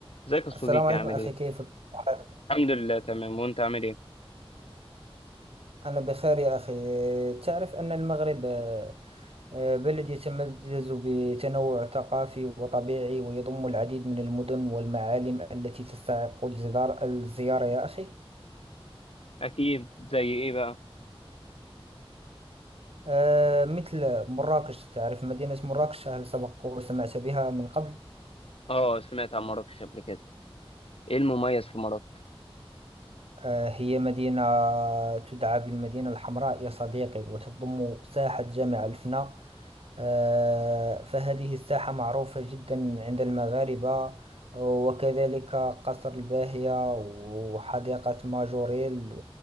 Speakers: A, on the left; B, on the right.
A: ازيك يا صديقي
B: السلام عليكم
A: عامل
B: أخي
A: ايه؟
B: كيف حالك؟
A: الحمد لله تمام وانت عامل ايه؟
B: أنا بخير يا أخي تعرف أن المغرب آه، آه، بلد يتميز بتنوع ثقافي وطبيعي ويضم العديد من المدن والمعالم التي تستحق الجدار- الزيارة يا أخي
A: اكيد زي ايه بقى؟
B: آه، مثل مراكش تعرف مدينة مراكش هل سبق وسمعت بها من قبل؟
A: اه سمعت عن مراكش قبل كده ايه المميز في مراكش؟
B: آه، هي مدينة تدعى بالمدينة الحمراء يا صديقي وتضم ساحة جامع الفناء آه، فهذه الساحة معروفة جدا عند المغاربة وكذلك قصر الباهية وحديقة ماجوريل